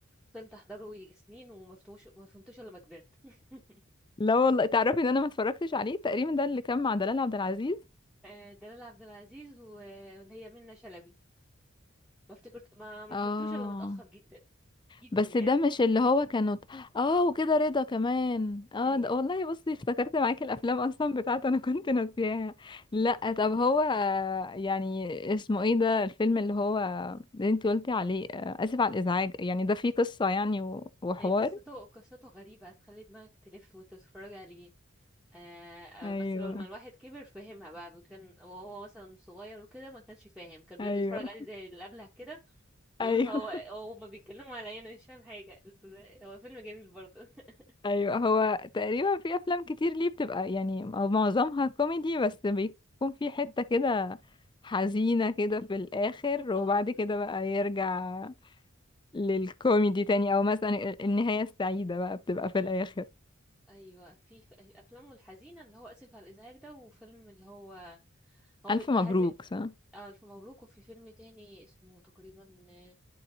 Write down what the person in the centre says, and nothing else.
فضلت احضره يجي سنين وما فتوش ما فهمتوش الا لما كبرت <laughs>
آه، دلال عبد العزيز و- واللي هي منة شلبي ما افتكرت ما ما
فهمتوش الا متاخر جدا جدا
يعني
ايوه
<laughs>
هي قصته قصته غريبه هتخلي دماغك تلف وتتفرج عليه آه
بس لما الواحد كبر فهمها بقى كان وهو مثلا صغير وكده ما كانش فاهم كان بيقعد
يتفرج عليه زي اللي قبلها كده ويقول
هو هو ما بيتكلموا عليا انا مش فاهم حاجه بس ده- هو فيلم جميل برضه <laughs>
اه
ايوه في ف- افلامه الحزينه اللي هو اسف على الازعاج ده وفيلم اللي هو هو
م-
هذي
اه الف مبروك وفي فيلم تاني اسمه تقريبا آه،